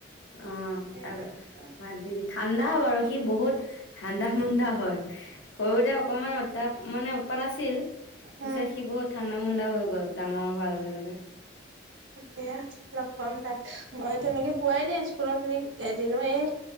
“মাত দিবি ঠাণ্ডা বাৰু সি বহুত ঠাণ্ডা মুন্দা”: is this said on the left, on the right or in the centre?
Left